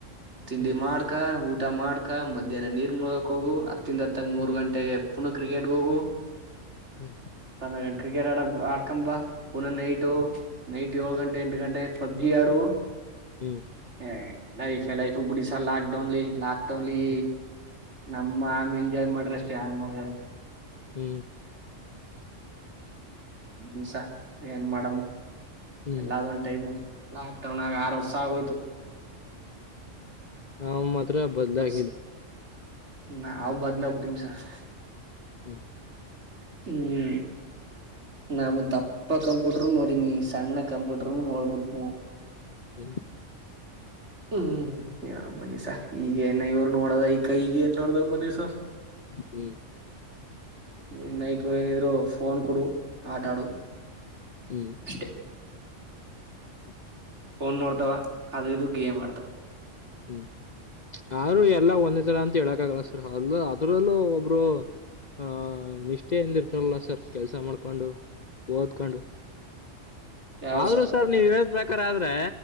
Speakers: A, on the right; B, on the left.
A: ತಿಂಡಿ
B: ಹ್ಮ್
A: ಮಾಡ್ಕ, ಊಟ ಮಾಡ್ಕ, ಮಧ್ಯಾಹ್ನ ನೀರ್ ಮುಳಕ್ ಹೋಗು ಹತ್ತಿಂದ ತ್ತೆ ಮೂರ್
B: ಹ್ಮ್
A: ಗಂಟೆಗೆ ಪುನಃ ಕ್ರಿಕೆಟ್ಗ್ಹೋಗು.
B: ಹ್ಮ್
A: ಸಂಜೆಗಂಟ್ ಕ್ರಿಕೆಟ್ ಆಡ ಆಡ್ಕಂಬಾ ಪುನಃ ನೈಟ್
B: ಹ್ಮ್
A: ನೈಟ್ ಏಳು ಗಂಟೆ ಎಂಟು ಗಂಟೆ ಪಬ್ಜಿ ಆಡು.
B: ಹ್ಮ್
A: ಹ ಲೈಫೇ ಲೈಫು ಬಿಡಿ ಸರ್ ಲಾಕ್ ಡೌನ್ಲಿ ಲಾಕ್ಡೌನ್ಲಿ
B: ಹ್ಮ್
A: ನಮ್ಮ ಆಮ ಎಂಜಾಯ್ ಮಾಡ್ರಷ್ಟು ಯಾರು ಮಾಡಿದಾರ?
B: ಹ್ಮ್
A: ಬಿಡಿಸ ಏನ್ ಮಾಡಮ್ಮು
B: ಹ್ಮ್
A: ಎಲ್ಲಾ ಅದೊಂದು ಟೈಮು. ಲಾಕ್ ಡೌನ್ ಆಗ್ ಆರು ವರ್ಷ ಆಗೋಯ್ತು.
B: ನಾವ್ ಮಾತ್ರ ಬದ್ಲಾಗಿಲ್ಲ.
A: ಆರು ವರ್ಷ ನಾವ್ ಬದಲಾಗಿಬಿಟ್ಟಿವಿ ಸರ್.
B: ಹ್ಮ
A: ಹ್ಮ್ ನಾಮು ದಪ್ಪ ಕಂಪ್ಯೂಟರು ನೋಡಿಮಿ ಸಣ್ಣ ಕಂಪ್ಯೂಟರ್ ನೋಡ್ಬಿಟ್ಮು.
B: ಹ್ಮ್
A: ಹ್ಮ್ ಯಾವ ಬನ್ನಿಸ ಈಗ ಏನ ಇವ್ರು ನೋಡದ ಈಕ ಈಗ ಏನ್ ನೋಡ್ದ ಬನ್ನಿಸ.
B: ಹ್ಮ್
A: <unintelligible> ಫೋನ್ ಕೊಡು ಆಟ ಆಡು.
B: ಈ್ಮ
A: ಅಷ್ಟೇ
B: ಹ್ಮ್
A: ಫೋನ್ ನೋಡ್ತಾವ ಅದು ಇದು ಗೇಮ್ ಆಡ್ತವ.
B: ಹ್ಮ್ ಆದ್ರು ಎಲ್ಲ ಒಂದೇ ತರ ಅಂತ ಹೇಳಕ್ ಆಗಲ್ಲ ಸರ್ ಅಲ್ಲೂ ಅದ್ರಲ್ಲೂ ಒಬ್ರು ಹ ನಿಷ್ಟೆಯಿಂದ ಇರ್ತಾರಲ್ಲ ಸರ್ ಕೆಲ್ಸ ಮಾಡ್ಕೊಂಡು ಓದ್ಕೊಂಡು
A: ಯಾರು
B: ಆದ್ರು
A: ಸ
B: ಸರ್ ನೀವ್ ಹೇಳಿದ್ ಪ್ರಕಾರ ಆದ್ರೆ